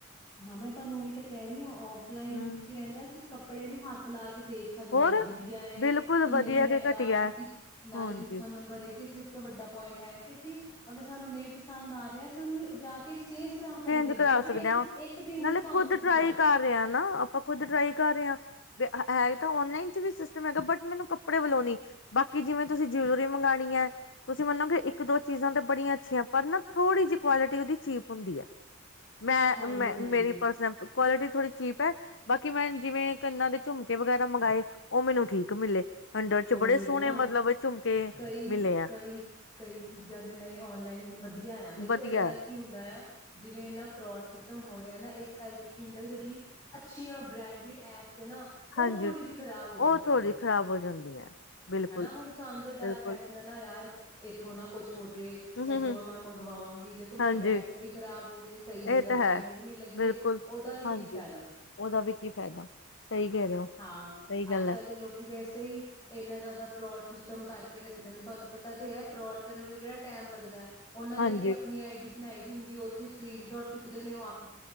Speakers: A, on the left; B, on the left.
A: ਹਾਂ ਮੈਂ ਤੁਹਾਨੂੰ ਇਹੀ ਤਾਂ ਕਹਿ ਰਹੀ ਹਾਂ, ਔਫਲਾਈਨ ਦੇ
B: ਹਮ
A: ਵਿੱਚ ਕੀ ਰਹਿੰਦਾ ਸੀ ਕੱਪੜੇ ਨੂੰ ਹੱਥ ਲਾ ਕੇ ਦੇਖ ਸਕਦੇ
B: ਹੋਰ
A: ਆਂ, ਵਧੀਆ ਏ
B: ਬਿਲਕੁਲ
A: ਕਿ ਨਹੀਂ
B: ਵਧੀਆ
A: ਹੈਗਾ,
B: ਘਟੀਆ
A: ਅਸੀਂ ਨਾਲੇ
B: ਹਾਂਜੀ
A: ਦੂਸਰਾ ਨੰਬਰ ਇਹ ਕਿ ਅਸੀਂ ਸਭ ਤੋਂ ਵੱਡਾ ਪੁਆਇੰਟ ਆਇਆ ਕਿ ਅਸੀਂ ਅਗਰ ਸਾਨੂੰ ਨਹੀਂ ਪਸੰਦ ਆ ਰਿਹਾ, ਅਸੀਂ ਉਹਨੂੰ ਜਾ ਕੇ ਐਕਸਚੇਂਜ ਕਰਾ ਸਕਦੇ
B: ਚੇਂਜ
A: ਆ,
B: ਕਰਾ
A: ਉਹ ਵੀ
B: ਸਕਦੇ
A: ਇੱਕ
B: ਹਾਂ
A: ਇੱਕ ਦਿਨ
B: ਨਾਲੇ
A: ਚ ਭਾਵੇਂ
B: ਖੁਦ
A: ਤੁਸੀਂ
B: ਟਰਾਈ
A: ਜਾਓ
B: ਕਰ ਰਹੇ ਆਂ ਨਾ, ਆਪਾਂ ਖੁਦ ਟਰਾਈ ਕਰ ਰਹੇ ਆਂ। ਵੇ ਆਹ ਹੈ ਤਾਂ ਔਨਲਾਈਨ 'ਚ ਵੀ ਸਿਸਟਮ ਹੈਗਾ, ਬਟ ਮੈਨੂੰ ਕੱਪੜੇ ਵਲੋਂ ਨੀ, ਬਾਕੀ ਜਿਵੇਂ ਤੁਸੀਂ ਜੁਲਰੀ ਮੰਗਾਣੀ ਐ, ਤੁਸੀਂ ਮੰਨੋਗੇ ਇੱਕ ਦੋ-ਚੀਜ਼ਾਂ ਤੇ ਬੜੀਆਂ ਅੱਛੀਆਂ, ਪਰ ਨਾ ਥੋੜ੍ਹੀ ਜਿਹੀ ਕੁਆਲਿਟੀ ਉਹਦੀ ਚੀਪ ਹੁੰਦੀ ਐ। ਮੈਂ,
A: ਹਾਂਜੀ
B: ਮੈਂ,
A: ਹਾਂਜੀ
B: ਮੇਰੀ ਪਰਸਨ ਕੁਆਲਿਟੀ ਥੋੜੀ ਚੀਪ ਐ, ਬਾਕੀ ਮੈਂ ਜਿਵੇਂ ਕੰਨਾਂ ਦੇ ਝੁਮਕੇ ਵਗੈਰਾ ਮੰਗਵਾਏ, ਉਹ ਮੈਨੂੰ ਠੀਕ ਮਿਲੇ। ਹੰਡਰਡ ਚ
A: ਉਹੀ
B: ਬੜੇ ਸੋਹਣੇ
A: ਨਾ,
B: ਮਤਲਬ ਝੁਮਕੇ
A: ਕਈ,
B: ਮਿਲੇ ਆ
A: ਕਈ, ਕਈ ਚੀਜ਼ਾਂ ਦੇ ਲਈ ਔਨਲਾਈਨ ਵਧੀਆ ਆ, ਦੇਖੋ
B: ਵਧੀਆ
A: ਇਹਦੇ ਨਾਲ ਕੀ ਹੁੰਦਾ ਆ ਜਿਵੇਂ ਇਹਨਾ ਫਰੋਡ ਸਿਸਟਮ ਹੋ ਰਿਹਾ ਨਾ, ਇਸ ਕਰਕੇ ਕੀ ਹੁੰਦਾ ਜਿਹੜੀ ਅੱਛੀਆਂ ਬ੍ਰੈਂਡਿਡ ਐਪ ਸ ਨਾ, ਉਹ
B: ਹਾਂਜੀ
A: ਥੋੜ੍ਹੀ ਜਿਹੀ ਖ਼ਰਾਬ ਹੋ ਜਾਂਦੀਆਂ
B: ਉਹ ਥੋੜ੍ਹੀ
A: ਨੇ।
B: ਖ਼ਰਾਬ ਹੋ ਜਾਂਦੀ ਹੈ ਬਿਲਕੁਲ
A: ਹੈਨਾ, ਹੁਣ ਸਾਨੂੰ ਤਾਂ ਡਰ
B: ਬਿਲਕੁਲ
A: ਪੈ ਜਾਂਦਾ ਨਾ ਯਾਰ, ਇੱਥੋਂ ਨਾ ਕੁਛ ਹੋ ਜੇ ਏਦੋਂ
B: ਹਮ ਹਮ ਹਮ
A: ਮੈਂ ਮੰਗਵਾਵਾਂਗੀ, ਦੇਖੋ ਮੇਰੇ
B: ਹਾਂਜੀ
A: ਪੈਸੇ ਵੀ ਖਰਾਬ ਹੋ ਗਏ, ਸਹੀ
B: ਇਹ
A: ਜਗ੍ਹਾ
B: ਤਾਂ
A: ਪੈਹੇ
B: ਹੈ
A: ਵੀ ਨੀ ਲੱਗੇ,
B: ਬਿਲਕੁਲ
A: ਉਹਦਾ ਵੀ
B: ਹਾਂਜੀ
A: ਕੀ ਫਾਇਦਾ।
B: ਉਹਦਾ ਵੀ ਕੀ ਫਾਇਦਾ ਸਹੀ ਕਹਿ ਰਹੇ ਹੋ
A: ਹਾਂ,
B: ਸਹੀ ਗੱਲ
A: ਅੱਜ ਕੱਲ
B: ਹੈ
A: ਦੇ ਲੋਕੀ ਵੈਸੇ ਹੀ ਇੰਨਾ ਜ਼ਿਆਦਾ ਫਰੌਡ ਸਿਸਟਮ ਕਰਕੇ ਰੱਖਦੇ ਨੇ, ਤੁਹਾਨੂੰ ਪਤਾ ਤੇ ਹੈ ਫਰੌਡ ਕਰਨ ਵੇਲੇ ਕਿਹੜਾ ਟਾਈਮ ਲੱਗਦੈ। ਉਹਨਾਂ ਨੇ
B: ਹਾਂਜੀ
A: ਵੀ ਆਪਣੀ ਆਈ ਡੀ ਬਣਾਈ ਦੀ ਹੁੰਦੀ, ਉਹ ਉੱਥੇ ਸਕਰੀਨ ਸ਼ੋਟ ਚੁੱਕਦੇ ਨੇ ਉਹ ਆਪ